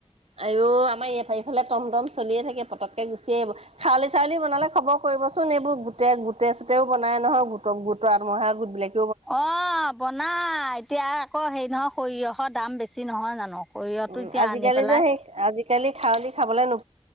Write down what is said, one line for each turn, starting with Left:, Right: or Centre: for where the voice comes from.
Right: আঐ, আমাৰ ইফা এইফালে টমটম চলিয়ে থাকে, পটককে গুচি আহিব। খাউলি-চাউলি বনালে খব ক কৰিবচোন এইবোৰ গোটে-গোটেই চোতেও বনাই নহয় গোট গোটৰ আত্মসহা়য় গোটবিলাক।
Centre: অ' বনাই এতিয়া আকৌ হেৰি নহয়, সৰিয়হৰ দাম বেছি নহয় জানো। সৰিয়হটো
Right: উম
Centre: এতিয়া
Right: আজিকালি
Centre: আনি পেলাই
Right: যে সেই আজিকালি থাৱলি থাৱলি নু